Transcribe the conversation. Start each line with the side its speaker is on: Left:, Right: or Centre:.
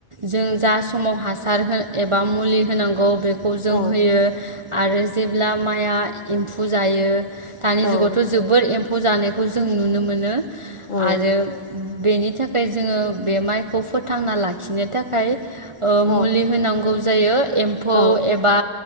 Right: जों जा समाव हासार हो एबा मुलि होनांगौ बे खौ जों
Left: औ
Right: होयो आरो जेब्ला माइया इम्फु जायो दानि
Left: औ
Right: जुगावथ जोबोद एम फौ जानायखौ जों नुनो मोनो।
Left: औ
Right: आरो बेनि था खाय जोङो बे माइ खौ फोथांना लाखिनो थाखाय ओ
Left: औ
Right: मुलि होनांगौ जायो एम्फौ
Left: औ
Right: एबा